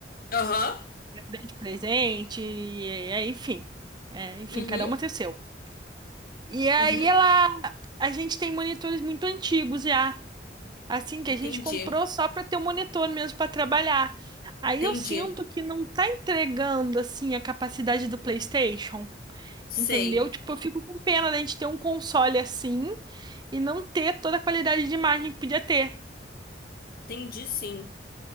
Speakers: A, on the left; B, on the right.
A: Aham.
B: Eu dei de presente, e, e- enfim. É, enfim,
A: Uhum.
B: cada uma tem o seu. E aí
A: Uhum.
B: ela, a gente tem monitores muito antigos já. Assim, que
A: Entendi.
B: a gente comprou só para ter o monitor mesmo para trabalhar. Aí
A: Entendi.
B: eu sinto que não tá entregando assim a capacidade do PlayStation,
A: Sei.
B: entendeu? Tipo, eu fico com pena da gente ter um console assim e não ter toda a qualidade de imagem que podia ter.
A: Entendi, sim.